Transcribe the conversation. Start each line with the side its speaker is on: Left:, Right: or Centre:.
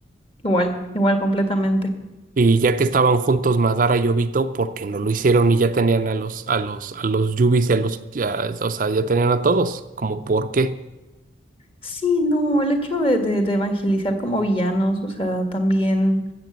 Left: Igual, igual completamente.
Right: Y ya que estaban juntos Madara y Obito, ¿por qué no lo hicieron? Y ya tenían a los, a los, a los Yubis y a los, ya- o sea, ya tenían a todos, como por qué.
Left: Sí, no, el hecho de, de- de evangelizar como villanos, o sea, también